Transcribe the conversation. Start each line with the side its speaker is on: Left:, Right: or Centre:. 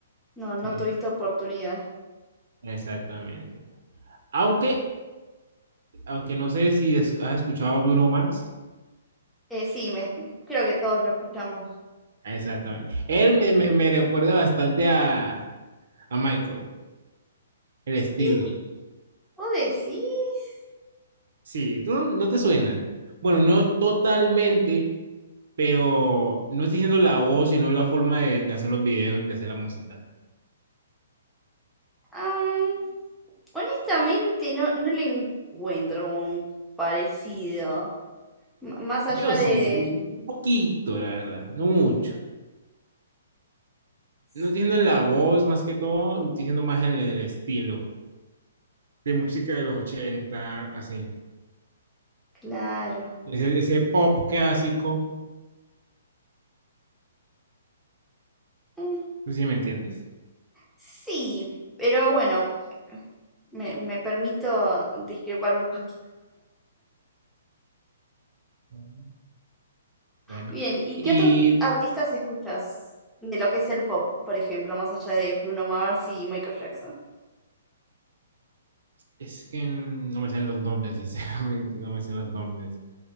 Centre: no, no
Right: Sí,
Centre: tuviste oportunidad.
Right: exactamente. Aunque, aunque no sé si es- has escuchado a Bruno Mars.
Centre: Eh, sí, me, creo que todos lo escuchamos.
Right: Exactamente. Él me, me, me recuerda bastante a, a Michael, el estilo.
Centre: ¿Y vos decís?
Right: Sí, ¿tú no, no te suena? Bueno, no totalmente, pero no estoy diciendo la voz, sino la forma de, de hacer los videos, de hacer la música.
Centre: Am, honestamente, no, no le encuentro como un parecido. M- más allá
Right: Yo sí,
Centre: de...
Right: sí, un poquito, la verdad, no mucho.
Centre: Sí,
Right: no estoy diciendo la voz más que todo, estoy diciendo más en el estilo de música de los 80 así.
Centre: claro.
Right: Ese, ese pop clásico,
Centre: Mm,
Right: no sé si me entiendes.
Centre: sí, pero bueno, me, me permito discrepar un poquito.
Right: Mm, Bueno,
Centre: Bien, ¿y
Right: Y
Centre: qué otros artistas escuchas de lo que es el pop, por ejemplo, más allá de Bruno Mars y Michael Jackson?
Right: es que mm, no me sé los nombres, <laughs> sinceramente, no me sé los nombres.